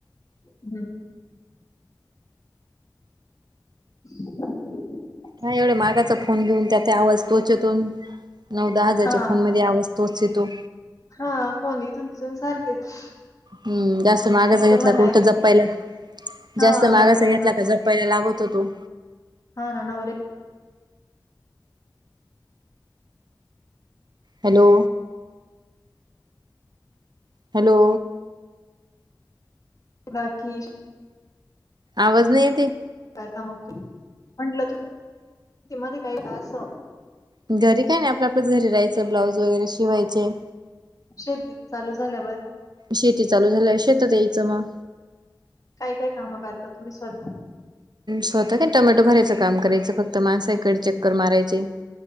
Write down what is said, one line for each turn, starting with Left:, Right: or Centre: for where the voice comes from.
Left: हम्म. <inaudible>
Right: ह एवढे मागाचा फोन घेऊन त्या त्या वस्तूचे चेेतून नऊ दहा हजारच्या
Left: हा
Right: फोन मध्ये आवाज. तोच हाय तो.
Left: हा फोनी तुम सारखेच.
Right: हम्म जास्त मागाच
Left: फक्त
Right: घेतला
Left: म्हणायला
Right: कुठं जप्पायला.
Left: हा
Right: जास्त मागाचा
Left: जपायला
Right: घेतला
Left: लाग
Right: का जपपायला लागत हो तो.
Left: हा ना नवरे.
Right: हॅलो, हॅलो,
Left: बाकी.
Right: आवाज नाही येतय.
Left: करता मग तू म्हटलं तू मध्ये काही तास.
Right: घरी काय नाही आपलं आपल्याच घरी राहायचं ब्लाऊज वगैरे शिवायचे.
Left: शेतीत चालू झाल्यावर.
Right: शेती चालू झाल्या शेतात यायचं मग.
Left: काय काय कामं करता तुम्ही स्वतः.
Right: स्वतः काय टोमॅटो भरायचं काम करायचं फक्त माणसाकडे चक्कर मारायचे.